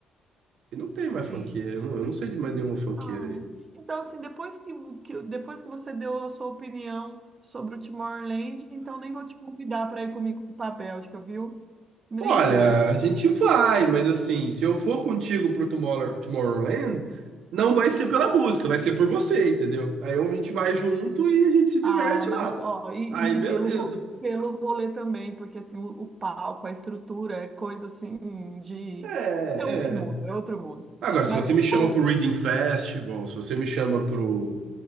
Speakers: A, on the right; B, on the right.
A: e não tem mais
B: sim.
A: funkeira. Eu não, eu não sei de mais nenhuma funkeira
B: Ai.
A: aí
B: Então, assim, depois que, que, depois que você deu a sua opinião sobre o Timor-Leste, então nem vou te convidar para ir comigo para a Bélgica, viu? Nem
A: Olha,
B: vou.
A: a gente vai, mas assim, se eu for contigo pro Tomorrow- Tomorrowland, não vai ser pela música, vai ser por você, entendeu? Aí a gente vai junto e a gente se diverte
B: Ah, mas
A: lá.
B: ó, e,
A: Aí beleza.
B: e- e pelo, ro- pelo rolê também, porque assim, o, o palco, a estrutura, é coisa assim de.
A: É,
B: É outro mundo,
A: é.
B: é outro mundo.
A: Agora,
B: Mas
A: se você
B: ô,
A: me chama
B: ô,
A: pro Reading Festival, se você me chama pro.